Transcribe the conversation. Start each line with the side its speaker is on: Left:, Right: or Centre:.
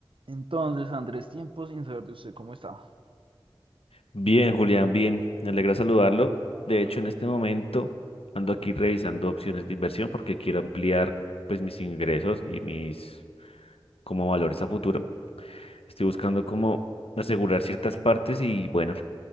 Right: Entonces, Andrés, tiempo sin saber de usted, ¿cómo está?
Left: Bien, Julián, bien. Me alegra saludarlo. De hecho, en este momento ando aquí revisando opciones de inversión porque quiero ampliar pues mis ingresos y mis como valores a futuro. Estoy buscando cómo asegurar ciertas partes y bueno,